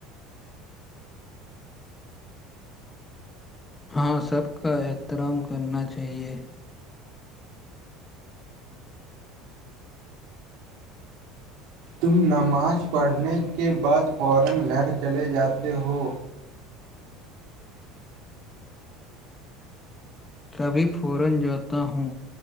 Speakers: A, on the left (about 15°); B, on the right (about 70°).
A: ہاں سب کا احترام کرنا چاہیے
B: تم نماز پڑھنے کے بعد فورا گھر چلے جاتے ہو
A: کبھی فورا جاتا ہوں